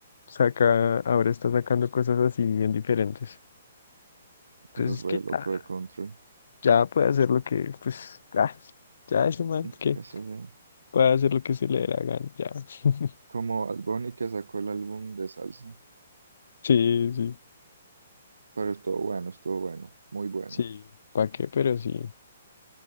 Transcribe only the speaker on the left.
saca, ahora está sacando cosas así bien diferentes. pues
es
que
ya,
ya puede hacer lo que, pues, ah, ya es un man
que
puede hacer lo que se le dé la gana, ya. <laughs>
Sí, sí,
sí. ¿Para qué? Pero sí.